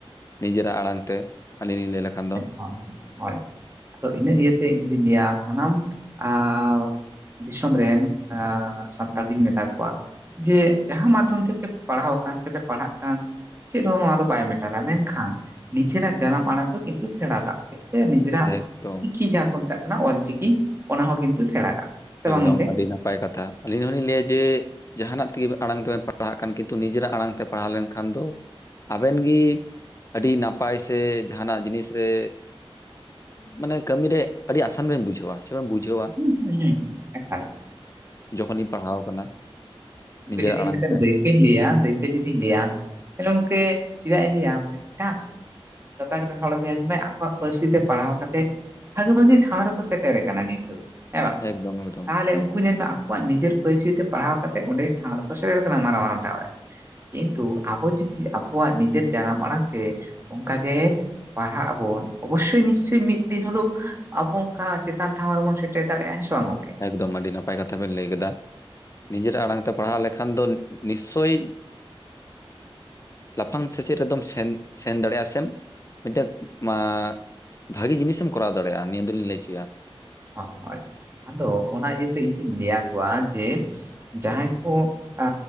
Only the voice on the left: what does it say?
ᱱᱤᱡᱮᱨᱟᱜ ᱟᱲᱟᱝ ᱛᱮ ᱟᱹᱞᱤᱧ ᱞᱤᱧ ᱞᱟᱹᱭ ᱞᱮᱠᱷᱟᱱ ᱫᱚ ᱾
ᱮᱠᱫᱚᱢ
ᱮᱠᱫᱚᱢ
ᱟᱹᱰᱤ ᱱᱟᱯᱟᱭ ᱠᱟᱛᱷᱟ᱾ ᱟᱹᱞᱤᱧ ᱦᱚᱞᱤᱧ ᱞᱟᱹᱭᱟ ᱡᱮ ᱡᱟᱦᱟᱱᱟᱜ ᱛᱮᱜᱮ ᱟᱲᱟᱝ ᱛᱮᱵᱮᱱ ᱯᱟᱲᱦᱟᱜ ᱠᱟᱱ ᱠᱤᱱᱛᱩ ᱱᱤᱡᱮᱨᱟᱜ ᱟᱲᱟᱝ ᱛᱮ ᱯᱟᱲᱦᱟᱣ ᱞᱮᱱᱠᱷᱟᱱ ᱫᱚ ᱟᱵᱮᱱ ᱜᱤ ᱟᱹᱰᱤ ᱱᱟᱯᱟᱭ ᱥᱮ ᱡᱟᱦᱟᱱᱟᱜ ᱡᱤᱱᱤᱥ ᱨᱮ ᱢᱟᱱᱮ ᱠᱟᱹᱢᱤ ᱨᱮ ᱟᱹᱰᱤ ᱟᱥᱟᱱ ᱵᱮᱱ ᱵᱩᱡᱷᱟᱹᱣᱟ ᱥᱮ ᱵᱤᱱ ᱵᱩᱡᱷᱟᱹᱣᱟ᱾
ᱡᱚᱠᱷᱚᱱᱤᱧ ᱯᱟᱲᱦᱟᱣ ᱟᱠᱟᱱᱟ᱾
ᱱᱤᱡᱮᱨᱟᱜ
ᱟᱲᱟᱝ
ᱛᱮ
ᱮᱠᱫᱚᱢ ᱮᱠᱫᱚᱢ
ᱮᱠᱫᱚᱢ ᱟᱹᱰᱤ ᱱᱟᱯᱟᱭ ᱠᱟᱛᱷᱟ ᱵᱮᱱ ᱞᱟᱹᱭ ᱠᱟᱫᱟ᱾ ᱱᱤᱡᱮᱨᱟᱜ ᱟᱲᱟᱝ ᱛᱮ ᱯᱟᱲᱦᱟᱣ ᱞᱮᱠᱷᱟᱱ ᱫᱚ ᱱᱤᱥᱪᱳᱚᱭ ᱞᱟᱯᱷᱟᱝ ᱥᱮᱪᱮᱫ ᱨᱮᱫᱚᱢ ᱥᱮᱱ, ᱥᱮᱱ ᱫᱟᱲᱮᱭᱟᱜᱼᱟ ᱥᱮᱢ ᱢᱤᱫᱴᱮᱱ ᱵᱷᱟᱹᱜᱤ ᱡᱤᱱᱤᱥᱮᱢ ᱠᱚᱨᱟᱣ ᱫᱟᱲᱮᱭᱟᱜᱼᱟ ᱱᱤᱭᱟᱹ ᱫᱚᱞᱤᱧ ᱞᱟᱹᱭ ᱦᱚᱪᱚᱭᱟ᱾